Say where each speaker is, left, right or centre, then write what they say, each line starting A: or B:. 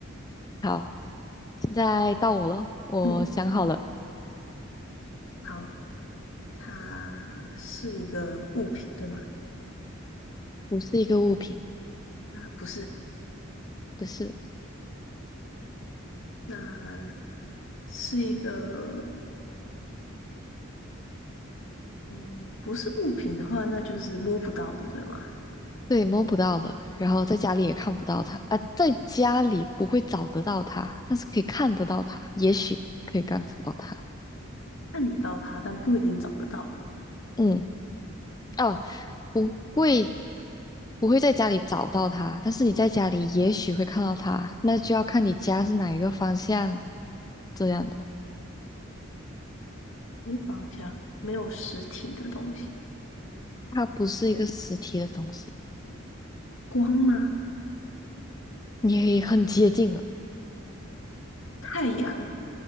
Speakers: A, on the left; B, on the left.
A: 好，现在到我了，我想好了，
B: 嗯，好，它是一个物品，对吗？
A: 不是一个物品，
B: 它不是，
A: 不是。
B: 那是一个，嗯，不是物品的话，那就是摸不到的，对吗？
A: 对，摸不到的，然后在家里也看不到它啊，在家里不会找得到它，但是可以看得到它，也许可以看得到它。
B: 看得到它，但不一定找得到。
A: 嗯，哦，不会，不会在家里找到它，但是你在家里也许会看到它，那就要看你家是哪一个方向这样的。
B: 方向，没有实体的东西。
A: 它不是一个实体的东西，
B: 光吗？
A: 你可以很接近了。
B: 太阳，